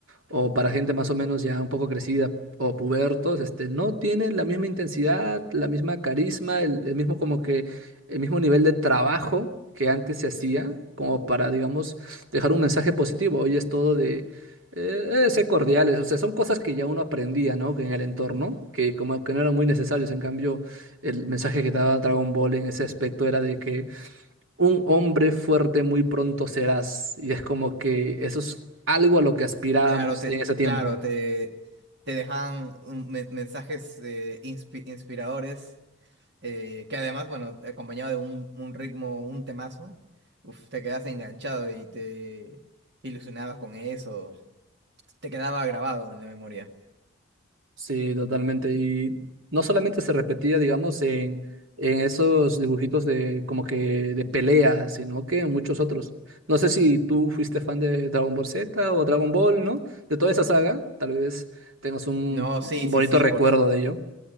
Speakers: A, on the right (about 80°); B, on the right (about 55°).
A: o para gente más o menos ya un poco crecida o pubertos, este, no tiene la misma intensidad, la misma carisma, el, el mismo como que el mismo nivel de trabajo que antes se hacía, como para, digamos, dejar un mensaje positivo. Hoy es todo de eh, eh, ser cordiales, o sea, son cosas que ya uno aprendía, ¿no? Que en el entorno, que como que no eran muy necesarios. En cambio, el mensaje que daba Dragon Ball en ese aspecto era de que un hombre fuerte muy pronto serás. Y es como que eso es algo a lo que aspirábamos
B: Claro, te,
A: en ese tiempo.
B: claro, te, te dejan un me- mensajes eh, inspi- inspiradores, eh, que además, bueno, acompañado de un, un ritmo, un temazo, uf, te quedas enganchado y te, te ilusionabas con eso. Te quedaba grabado en la memoria.
A: Sí, totalmente. Y no solamente se repetía, digamos, en, en esos dibujitos de como que de pelea, sino que en muchos otros. No sé si tú fuiste fan de Dragon Ball Z o Dragon Ball, ¿no? De toda esa saga, tal vez tengas un,
B: No,
A: un
B: sí,
A: bonito
B: sí, sí,
A: recuerdo
B: por su-
A: de ello.